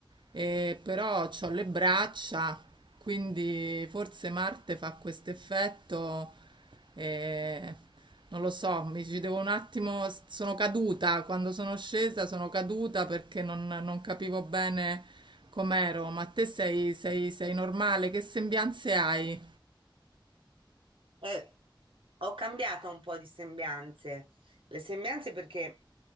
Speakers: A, on the right (about 65°); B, on the right (about 85°).
A: e però ho le braccia, quindi forse Marte fa questo effetto, e non lo so, mi ci devo un attimo, sono caduta, quando sono scesa sono caduta perché non, non capivo bene com'ero, ma te sei, sei sei normale, che sembianze hai?
B: Eh, ho cambiato un po' di sembianze. Le sembianze perché